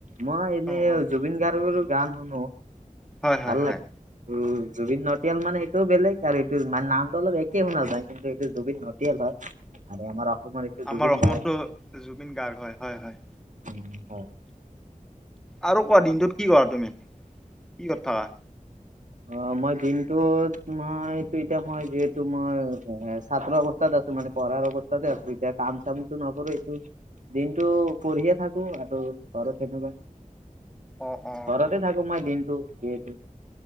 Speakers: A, on the right; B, in the centre.
A: মই এনেই
B: অ অ
A: জুবিন গাৰ্গৰো গান শুনো।
B: হয় হয়
A: ভাল
B: হয়
A: লা উম জুবিন নটিয়াল মানে এইটোও বেলেগ আৰু এইটো মানে নামটো অলপ একে শুনা যায়। কিন্তু এইটো জুবিন ন নটিয়াল হয়, আৰু আমাৰ অসমৰ এইটো
B: আমাৰ
A: জুবিন
B: অসমতো
A: গাৰ্গ।
B: জুবিন গাৰ্গ হয়, হয়, হয়।
A: উম, হয়।
B: আৰু কোৱা দিনটোত কি কৰা তুমি কি কৰি থকা?
A: অ' মই দিনটোত মইটো এতিয়া মই যিহেতু মই এ ছাত্ৰ অৱস্থাত আছো। তো মানে পঢ়াৰ অৱস্থাতে আছো, এতিয়া কাম চামতটো নকৰো একো। দিনটো পঢ়িয়ে থাকো, আৰু ঘৰত তেনেকুৱা
B: অ অ
A: ঘৰতে থাকো মই দিনটো যিহেতু